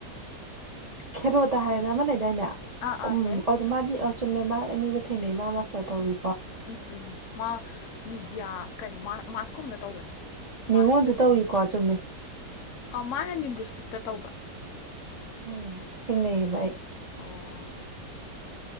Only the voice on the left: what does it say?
ꯑꯥ ꯑꯥ
ꯂꯩ
ꯎꯝ ꯎꯝ ꯃꯥ ꯃꯤꯗꯤꯌꯥ ꯀꯩꯅꯣ ꯃꯥꯁ ꯀꯣꯝꯗ ꯇꯧꯕꯅꯦ
ꯃꯥꯁ ꯀꯣꯝ
ꯎꯝ
ꯑ ꯃꯥꯅ ꯂꯤꯡꯒ꯭ꯁꯇꯤꯛꯇ ꯇꯧꯕ
ꯑꯣ